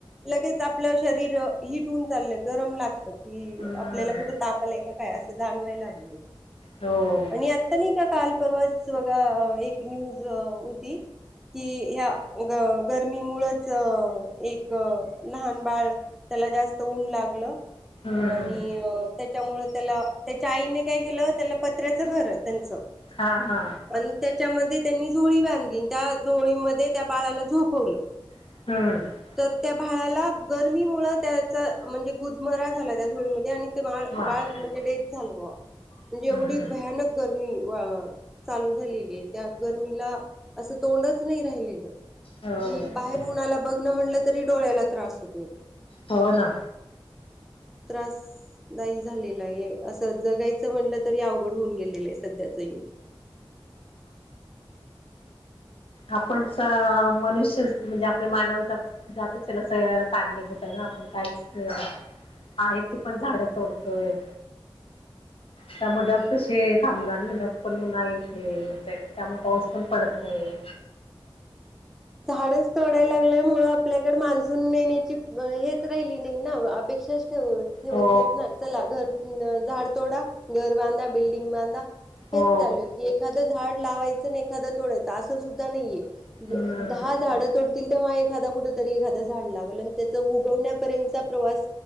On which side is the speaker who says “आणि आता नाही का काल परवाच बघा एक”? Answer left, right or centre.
Centre